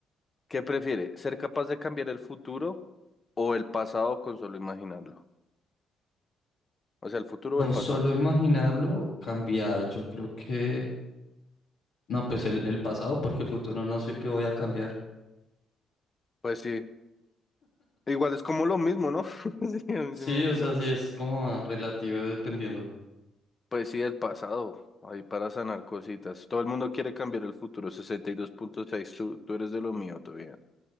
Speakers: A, on the left (about 35°); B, on the left (about 65°).
A: ¿Qué prefiere? ¿Ser capaz de cambiar el futuro o el pasado con solo imaginarlo. O sea, el futuro
B: Con
A: o el pasado.
B: solo imaginarlo, cambiar, yo creo que... No, pues el, el pasado, porque el futuro no sé qué voy a cambiar.
A: Pues sí, igual es como lo mismo, ¿no? <laughs> Sí, a mí
B: Sí,
A: se me hace
B: o sea,
A: como-
B: sí, es como relativo dependiendo.
A: Pues sí, el pasado, ahí para sanar cositas. Todo el mundo quiere cambiar el futuro, sesenta y dos punto seis tú, tú eres de lo mío, todo bien.